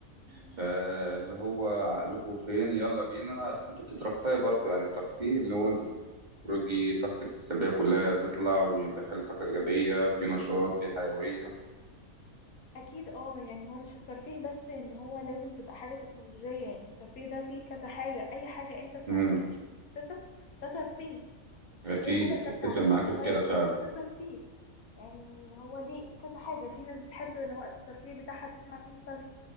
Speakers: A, on the left; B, on the right.
A: جدا
B: فاللي هو عقلكم فين يلا بينا اصل انت بتترفهي برضو يعني الترفيه اللي هو انت تخرجي طاقتك السلبية كلها تطلع وتدخلي طاقة إيجابية في نشاط في حيوية
A: اكيد اه يعني هو مش الترفيه بس ان هو لازم تبقى حاجة تكنولوجية يعني الترفيه ده فيه كذا حاجة اي حاجة انت بتعملها
B: امم
A: وبتبسطك ده ترفيه
B: أكيد
A: اي حاجة انت
B: أتفق
A: بتعملها
B: معاك
A: بتغير
B: في كده فعلا
A: مودك ده ترفيه يعني هو ليه كذا حاجة في ناس بتحب ان وقت الترفيه بتاعها تسمع فيه مسلسل